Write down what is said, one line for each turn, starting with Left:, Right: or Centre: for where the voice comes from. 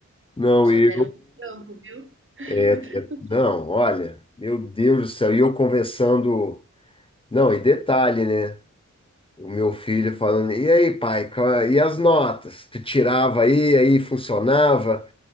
Left: Não,
Right: Só
Left: eu
Right: que era um trampo, viu? <laughs>
Left: É, é- não, olha, meu Deus do céu, e eu conversando. Não, e detalhe, né? O meu filho falando, e aí, pai, ca- e as notas? Tu tirava aí, aí funcionava.